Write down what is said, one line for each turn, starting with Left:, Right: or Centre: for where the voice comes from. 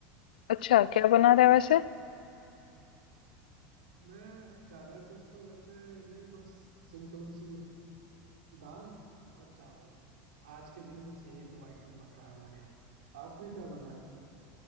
Left: अच्छा क्या बना रहे हैं वैसे
Right: मैं ज्यादा कुछ तो वैसे नहीं बस सिंपल सी दाल और चावल आज के दिन बस यही दो आइटम बन रहा है हमारे यहाँ आपने क्या बनाया था